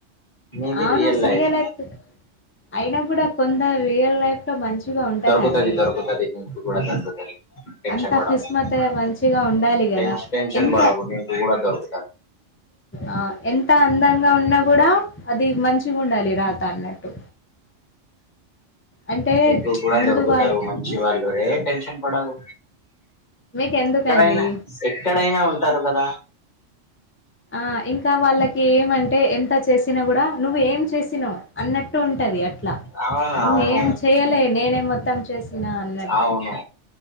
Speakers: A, on the left; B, on the left.
A: నీది
B: అవును
A: రియల్
B: సీరియల్
A: లైఫ్
B: అయిత అయినా కూడా కొంద రియల్ లైఫ్ లో మంచిగా ఉంటదండి
A: దొరుకుతది దొరుకుతది నీకు కూడా దొరుకుతది టెన్షన్
B: అంత
A: పడకు
B: కిస్మత్ మంచిగా ఉండాలి
A: టెన్ష్
B: కదా
A: టెన్షన్
B: ఎంత
A: పడకు నీకు కూడా దొరుకుతారు
B: ఆ ఎంత అందంగా ఉన్నా కూడా అది మంచిగ ఉండాలి రాత అన్నట్టు అంటే
A: మీకు కూడా
B: ముందు
A: దొరుకుతారు
B: వాళ్ళ
A: మంచి వాళ్ళే టెన్షన్ పడవు
B: మీకు ఎందుకండి
A: ఎక్కడైనా ఎక్కడైనా ఉంటారు కదా
B: ఆ ఇంకా వాళ్ళకి ఏమంటే ఎంత చేసినా కూడా నువ్వు ఏం చేసినావు అన్నట్టు ఉంటది అట్లా
A: అవును
B: నువ్వేం
A: అవును
B: చేయలే నేనే మొత్తం చేసి చ్చిన అన్నట్టు
A: అవును